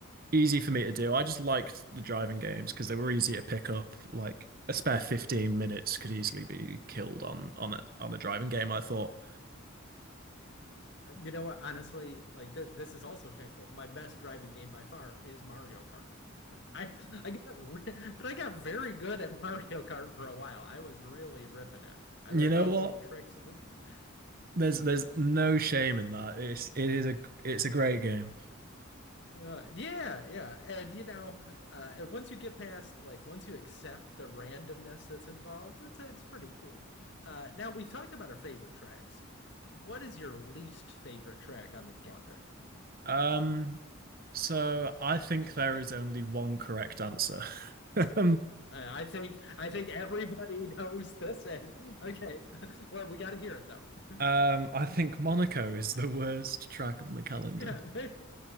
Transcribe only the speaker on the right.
easy for me to do. I just liked the driving games because they were easy to pick up. Like a spare 15 minutes could easily be killed on on a, on a driving game. I thought,
you
know
what?
There's there's no shame in that. It's it is a it's a great game.
Um, so I think there is only one correct answer. <laughs>
Um, I think Monaco is the worst track on the calendar.